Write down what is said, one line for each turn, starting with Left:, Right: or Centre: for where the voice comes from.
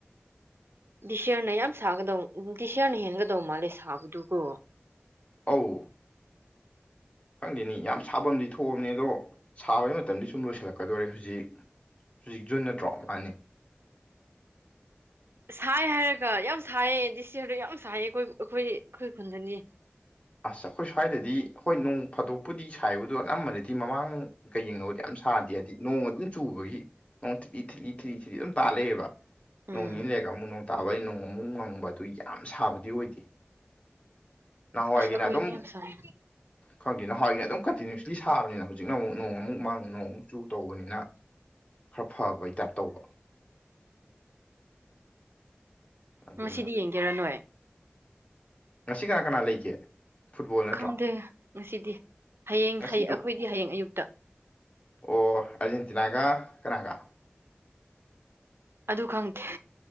Right: ꯗꯤꯁꯌꯔꯅ ꯌꯥꯝ ꯁꯥꯒꯗꯧ ꯗꯤꯁꯔꯅ ꯍꯦꯟꯒꯗꯧ ꯃꯥꯜꯂꯦ ꯁꯥꯕꯗꯨꯀꯣ
Left: ꯑꯧ ꯈꯪꯗꯦꯅꯤ ꯌꯥꯝ ꯁꯥꯐꯝꯗꯤ ꯊꯣꯛꯑꯕꯅꯦ ꯑꯗꯣ ꯁꯥꯕꯒꯤ ꯃꯇꯝꯗꯤ ꯁꯨꯝ ꯂꯣꯏꯁꯤꯜꯂꯛꯀꯗꯣꯔꯦ ꯍꯧꯖꯤꯛ ꯍꯧꯖꯤꯛ ꯖꯨꯟ ꯅꯠꯇ꯭ꯔꯣ ꯃꯥꯅꯤ
Right: ꯁꯥꯏ ꯍꯥꯏꯔꯒ ꯌꯥꯝ ꯁꯥꯏꯌꯦ ꯗꯤꯁꯌꯔꯗ ꯌꯥꯝ ꯁꯥꯏꯌꯦ ꯑꯩꯈꯣꯏ ꯑꯩꯈꯣꯏꯒꯤ ꯑꯩꯈꯣꯏ ꯈꯨꯟꯗꯅꯤ
Left: ꯑꯁ ꯑꯩꯈꯣꯏ ꯁ꯭ꯋꯥꯏꯗꯗꯤ ꯍꯣꯏ ꯅꯣꯡ ꯐꯥꯗꯣꯛꯄꯨꯗꯤ ꯁꯥꯏꯕꯗꯣ ꯑꯅꯝꯕꯅꯗꯤ ꯃꯃꯥꯡ ꯀꯩꯒꯤꯅꯣ ꯑꯗꯨꯌꯥꯝ ꯁꯥꯗꯦ ꯍꯥꯏꯗꯤ ꯅꯣꯡ ꯑꯗꯨꯝ ꯆꯨꯕꯒꯤ ꯅꯣꯡ ꯊ꯭ꯔꯤ ꯊ꯭ꯔꯤ ꯊ꯭ꯔꯤ ꯊ꯭ꯔꯤ ꯑꯗꯨꯝ ꯇꯥ ꯂꯩꯌꯦꯕ ꯅꯣꯡ
Right: ꯎꯝ
Left: ꯅꯤꯅꯤ ꯂꯩꯔꯒ ꯑꯃꯨꯛ ꯅꯣꯡ ꯇꯥꯕꯩ ꯅꯣꯡ ꯑꯃꯨꯛ ꯉꯪꯕ ꯑꯗꯨꯏ ꯌꯥꯝ ꯁꯥꯕꯗꯤ ꯑꯣꯏꯗꯦ ꯅꯍꯥꯟꯋꯥꯏꯒꯤꯅ
Right: ꯑꯁ ꯑꯩꯈꯣꯏꯗꯤ
Left: ꯑꯗꯨꯝ
Right: ꯌꯥꯝ ꯁꯥꯏ
Left: ꯈꯪꯗꯦꯅ ꯍꯋꯥꯏꯅꯦ ꯑꯗꯨꯝ ꯀꯟꯇꯤꯅꯤ꯭ꯌꯨꯁꯂꯤ ꯁꯥꯕꯅꯤꯅ ꯍꯧꯖꯤꯛꯅ ꯑꯃꯨꯛ ꯅꯣꯡ ꯑꯃꯨꯛ ꯃꯪ ꯅꯣꯡꯃꯨꯛ ꯆꯨ ꯇꯧꯕꯅꯤꯅ ꯈꯔ ꯐꯕꯩ ꯇꯥꯏꯞ ꯇꯧꯕ ꯑꯗꯨꯅ
Right: ꯉꯁꯤꯗꯤ ꯌꯦꯡꯒꯦꯔ ꯅꯣꯏ
Left: ꯉꯁꯤ ꯀꯅꯥ ꯀꯅꯥ ꯂꯩꯒꯦ ꯐꯨꯠꯕꯣꯜ ꯅꯠꯇ꯭ꯔꯣ
Right: ꯈꯪꯗꯦ ꯉꯁꯤꯗꯤ ꯍꯌꯦꯡ
Left: ꯉꯁꯤꯗꯣ
Right: ꯍꯌꯦꯡ ꯑꯩꯈꯣꯏꯗꯤ ꯍꯌꯦꯡ ꯑꯌꯨꯛꯇ
Left: ꯑꯣ ꯑꯥꯔꯖꯦꯟꯇꯤꯅꯥꯒ ꯀꯅꯥ ꯀꯅꯥ
Right: ꯑꯗꯨ ꯈꯪꯗꯦ